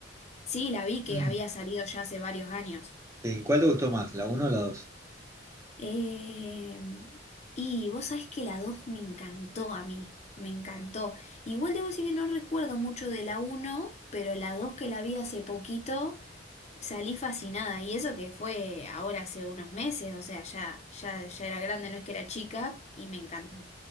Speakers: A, on the left; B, on the right.
A: Sí, la vi que
B: Mm.
A: había salido ya hace varios años.
B: Sí, ¿cuál te gustó más, la uno o la dos
A: Eh, y vos sabés que la 2 me encantó a mí, me encantó. Igual debo decir que no recuerdo mucho de la uno, pero la 2 que la vi hace poquito salí fascinada. Y eso que fue ahora hace unos meses, o sea, ya, ya, ya era grande, no es que era chica, y me encantó.